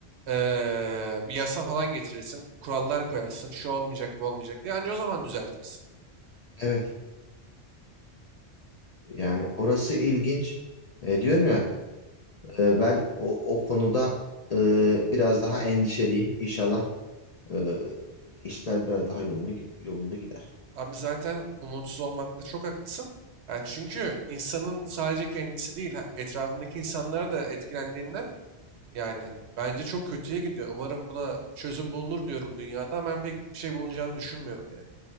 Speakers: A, on the right; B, on the left.
A: eee, bir yasa falan getirirsin, kurallar koyarsın, şu olmayacak, bu olmayacak diye anca o zaman düzeltirsin.
B: Evet. Yani orası ilginç. E, diyorum ya e, ben o, o konuda e, biraz daha endişeliyim. İnşallah e, işler biraz daha yoluna, gi- yolunda gider.
A: Abi zaten umutsuz olmakta çok haklısın. Ya çünkü insanın sadece kendisi değil, ha- etrafındaki insanlar da etkilendiğinden yani bence çok kötüye gidiyor. Umarım buna çözüm bulunur diyorum dünyada. Ben pek bir şey bulunacağını düşünmüyorum yani.